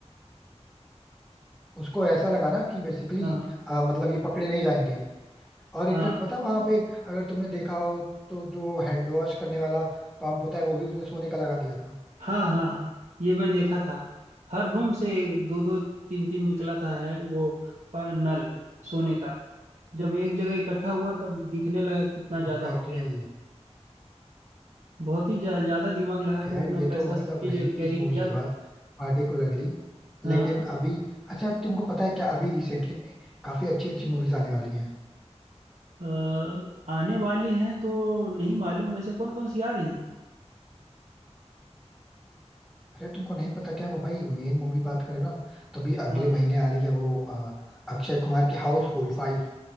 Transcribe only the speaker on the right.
हाँ हाँ
हाँ।
हाँ हाँ हाँ, ये मैं देखा था हर रूम से दो दो तीन तीन निकला था है वो प- नल सोने का जब एक जगह इकट्ठा हुआ तब दिखने लगा कितना ज्यादा
हो गया है बहुत ही ज्या- ज्यादा दिमाग लगा
के वो अपना
पैसा
सब चीज
कैरी
किया
था
हाँ
हाँ
अ, आने वाली है तो नहीं मालूम वैसे कौन कौन सी आ रही हैं
हाँ
हाँ।